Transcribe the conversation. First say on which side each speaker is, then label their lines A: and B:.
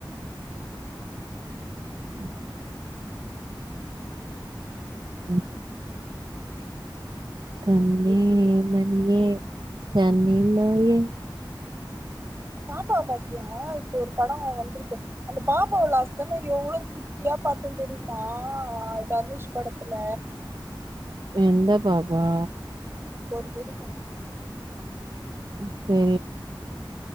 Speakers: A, on the right (about 60°); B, on the right (about 30°).
A: ம் ம் கண்ணே மணியே கண் இமையே
B: ஏய் அந்த பாப்பாவ பாத்தியா இப்போ ஒரு படோ வந்துருக்கே அந்த பாப்பாவ லாஸ்டலின்னியோ எவ்ளோ குட்டியா பாத்த தெரியுமா அ தனுஷ் படத்துல
A: எந்த பாப்பா
B: இப்போது ஒரு <unintelligible>
A: இப்போ